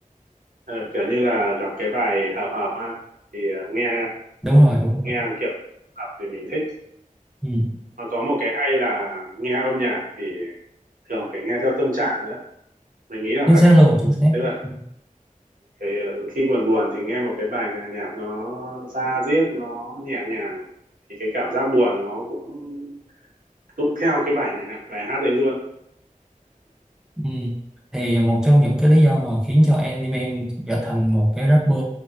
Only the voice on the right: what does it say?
Ờ, kiểu như là gặp cái bài hợp hợp ha thì ờ, nghe
nghe kiểu hợp thì mình thích
mà có một cái hay là nghe âm nhạc thì thường phải nghe theo tâm trạng nữa mình nghĩ là
vậy
tức là
cái, khi buồn buồn thì nghe một cái bài nghe nhạc nó da diết nó nhẹ nhàng thì cái cảm giác buồn nó cũng cũng theo cái bài nhạc bài hát đấy luôn